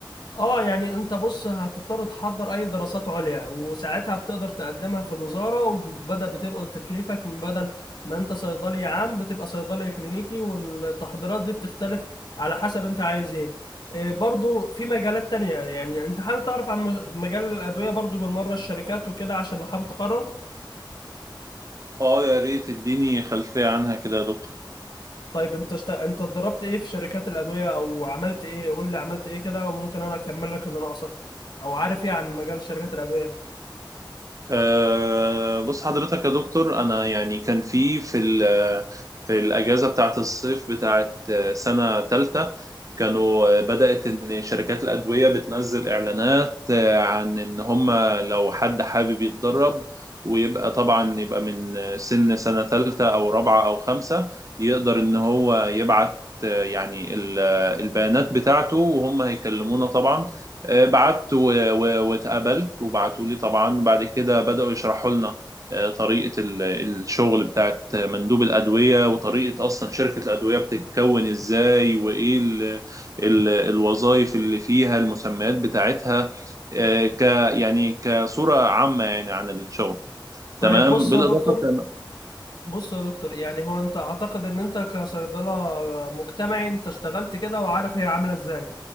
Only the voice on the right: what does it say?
اه يا ريت تديني خلفية عنها كده يا دكتور
أه بص حضرتك يا دكتور أنا يعني كان في في ال- في الأجازة بتاعة الصيف بتاعة آه، سنة تالتة كانوا آه، بدأت إن شركات الأدوية بتنزل إعلانات آه، عن إن هم لو حد حابب يتدرب ويبقى طبعا يبقى من آه، سن سنة تالتة أو رابعة أو خمسة يقدر إن هو يبعت آه، يعني ال- آه، البيانات بتاعته وهم هيكلمونا طبعا آه، بعت و- و- واتقابلت وبعتوا لي طبعا بعد كده بدأوا يشرحوا لنا آه، طريقة ال- الشغل بتاعت مندوب الأدوية وطريقة أصلا شركة الأدوية بتتكون إزاي وإيه ال- ال- الوظائف اللي فيها المسميات بتاعتها آه، ك يعني كصورة عامة يعني عن الشغل
تمام
بالإضافة
كمان